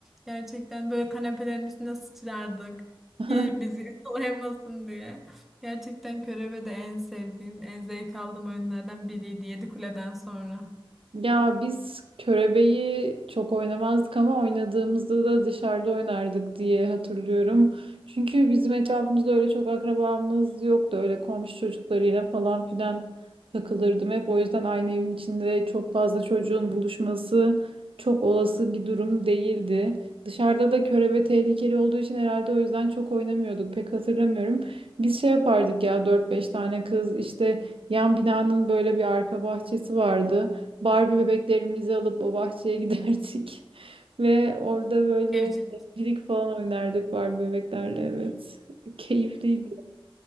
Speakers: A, in the centre; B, on the right (about 70°).
A: Gerçekten böyle kanepelerin üstüne sıçrardık.
B: Hı.
A: Ki bizi <laughs> yakalayamasın diye. Gerçekten Körebe de en sevdiğim, en zevk aldığım oyunlardan biriydi. Yedi Kule'den sonra.
B: Ya biz körebeyi çok oynamazdık ama oynadığımızda da dışarıda oynardık diye hatırlıyorum. Çünkü bizim etrafımızda öyle çok akrabamız yoktu. Öyle komşu çocuklarıyla falan filan takılırdım hep. O yüzden aynı evin içinde çok fazla çocuğun buluşması çok olası bir durum değildi. Dışarıda da körebe tehlikeli olduğu için herhalde o yüzden çok oynamıyorduk. Pek hatırlamıyorum. Biz şey yapardık ya dört beş tane kız işte yan binanın böyle bir arka bahçesi vardı. Barbie bebeklerimizi alıp o bahçeye giderdik. <laughs> Ve orada böyle
A: Evcilik.
B: evcilik falan oynardık Barbie bebeklerle evet. Keyifliydi.